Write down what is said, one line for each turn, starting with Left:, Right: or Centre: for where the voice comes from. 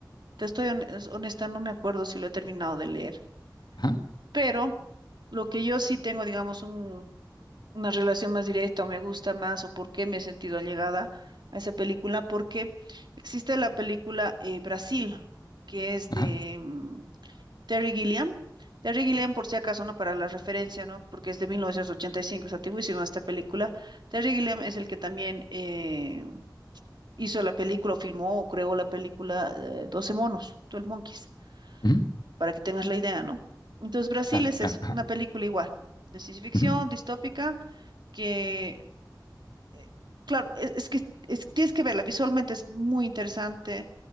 Right: te estoy hon- honesta, no me acuerdo si lo he terminado de leer.
Left: ajá,
Right: Pero lo que yo sí tengo, digamos, un- una relación más directa o me gusta más o por qué me he sentido allegada a esa película, porque existe la película eh, Brasil, que es
Left: ajá,
Right: de mm, Terry Gilliam. Terry Gilliam,
Left: ajá,
Right: por si acaso, ¿no? Para la referencia, ¿no? Porque es de 1985, es antiguísima esta película. Terry Gilliam es el que también eh, hizo la película, o filmó o creó la película eh, 12 monos, 12 Monkeys
Left: ujú,
Right: para que tengas la idea, ¿no? Entonces, Brasil
Left: claro,
Right: es
Left: claro,
Right: eso,
Left: ajá,
Right: una película igual, de ciencia ficción,
Left: ujú,
Right: distópica, que, eh, claro, es, es que es- tienes que verla, visualmente es muy interesante,